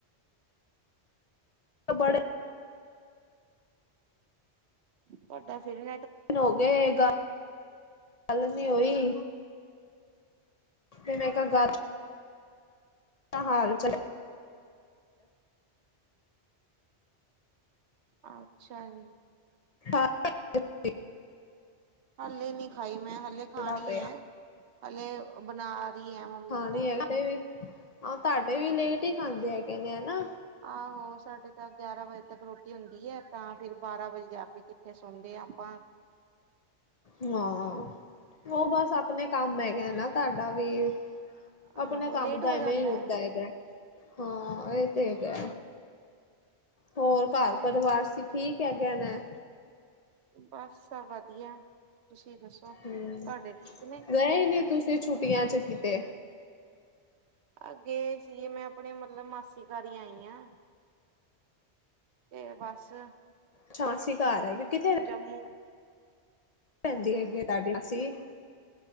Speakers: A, on the left; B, on the right.
A: ਤ ਬੜੇ
B: ਤੁਆਡਾ ਫਿਰ ਏ
A: ਨ ਹੋ ਗਏ ਗੱਲ, ਗੱਲ ਨੀ ਹੋਈ ਤੇ ਮੈਂ ਕਲ ਗਾਲ ਤਾ ਹਾਲ ਚਲ
B: ਅੱਛਾ ਜੀ।
A: ਹਾਂ <unintelligible>
B: ਹੱਲੇ ਨੀ ਖਾਈ ਮੈਂ, ਹੱਲੇ
A: ਚੱਲਦਾ
B: ਖਾਣੀ
A: ਪਿਆ
B: ਐ ਹੱਲੇ ਬਣਾ ਰਹੀ ਹੈ ਮੰਮੀ
A: ਖਾਣੀ
B: ਤਾਂ
A: ਹੈ ਕ ਵੀ, ਆ ਤਾਡੇ ਵੀ ਲੇਟ ਹੀ ਖਾਂਦੇ ਹੈਗੇ ਨੇ ਹਨਾ।
B: ਆਹੋ ਸਾਡੇ ਤਾ ਗਯਾਰਾਂ ਵਜੇ ਤੱਕ ਰੋਟੀ ਹੁੰਦੀ ਐ ਤਾਂ ਫਿਰ ਬਾਰਾਂ ਵਜੇ ਜਾ ਕੇ ਕਿੱਥੇ ਸੌਦੇ ਆ ਆਪਾਂ।
A: ਹਾਂ, ਉਹ ਬਸ ਆਪਣੇ ਕੰਮ ਹੈਗਾ ਨਾ ਤਾਡਾ ਵੀ।
B: ਆਹੋ
A: ਆਪਣੇ ਕੰਮ
B: ਲੇਟ
A: ਦਾ
B: ਹੋ
A: ਐਵੇਂ
B: ਜਾਂਦਾ
A: ਈ ਹੁੰਦਾ
B: ਹੈ
A: ਹੈਗੈ। ਹਾਂ ਇਹ ਤੇ ਹੈਗਾ, ਹੋਰ ਘਰ
B: ਹਾਂ
A: ਪਰਿਵਾਰ ਸੀ ਠੀਕ? ਕਯਾ ਕਹਣਾ ਐ।
B: ਬਸ ਸਭ ਵਧੀਯਾ, ਤੁਸੀ ਦੱਸੋ
A: ਹਮ
B: ਤਹਾਡੇ ਠੀਕ ਨੇ?
A: ਗਏ ਨੀ ਤੁਸ ਤੇ। ਫਿਰ ਛੁਟੀਆਂ 'ਚ ਕਿਤੇ?
B: ਅੱਗੇ ਸੀਗੇ ਮੈਂ ਆਪਣੇ ਮਤਲਬ ਮਾਸੀ ਘਰ ਈ ਆਈ ਯਾ। ਤੇ ਬਸ।
A: ਛਾਸੀ ਘਰ ਹੈਗੇ ਕਿੱਥੇ?
B: ਜੰਮੂ।
A: ਪੈਨ ਜੀ ਹੈਗੀ ਏ ਤਾਡੀ ਅਸੀ।